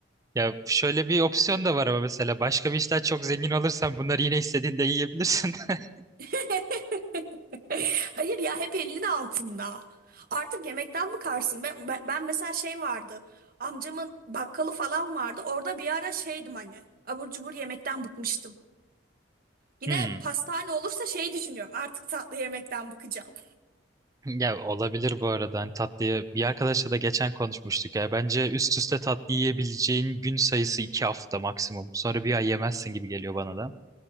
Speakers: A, on the right (about 15°); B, on the right (about 45°).
A: ya şöyle bir opsiyon da var ama mesela başka bir işten çok zengin olursan bunları yine istediğinde yiyebilirsin. <laughs>
B: <laughs> Hayır ya hep elinin altında. Artık yemekten bıkarsın. Ben, ben, ben mesela şey vardı. Amcamın bakkalı falan vardı. Orada bir ara şeydim hani. Abur cubur yemekten bıkmıştım. Yine
A: Hmm.
B: pastane olursa şey düşünüyorum. Artık tatlı yemekten bıkacağım.
A: Ya olabilir bu arada hani tatlıyı bir arkadaşla da geçen konuşmuştuk ya bence üst üste tatlı yiyebileceğin gün sayısı iki hafta maksimum sonra bir ay yemezsin gibi geliyor bana da.